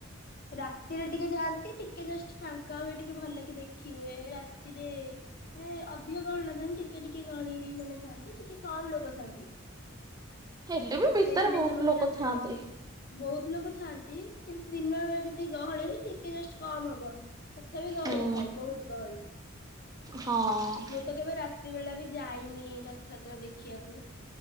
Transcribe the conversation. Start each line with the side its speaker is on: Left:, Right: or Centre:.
Left: ରାତିରେ ଟିକେ ଯାଆନ୍ତି ଟିକେ ଜଷ୍ଟ ଫାଙ୍କା ହୁଏ ଟିକେ ଭଲ କି ଦେଖି ହୁଏ ରାତିରେ। ରେ ଅଧିକ ଗହଳି ନଥାନ୍ତି ଟିକେ ଟିକେ ଗହଳି ମାନେ ଥାନ୍ତି ଟିକେ। କମ୍ ଲୋକ ଥାନ୍ତି
Right: ହେଲେ ବି ଭିତରେ
Left: ସେଇଥିପାଇଁ
Right: ବହୁତ
Left: ସମସ୍ତେ
Right: ଲୋକ
Left: ରାତିରେ
Right: ଥାଆନ୍ତି
Left: ଯାଆନ୍ତି। ବହୁତ ଲୋକ ଥାଆନ୍ତି କିନ୍ତୁ ଦିନବେଳେ ଯେତିକି ଗହଳି ଟିକେ ଜଷ୍ଟ କମ ହବ। ତଥାପି ଗହଳି
Right: ହୁଁ
Left: ଥାଏ ବହୁତ ଗହଳି
Right: ହଁ
Left: ମୁଁ ତ କେବେ ରାତି ବେଳା ବି ଯାଇନି ରଥଯାତ୍ରା ଦେଖିବାକୁ।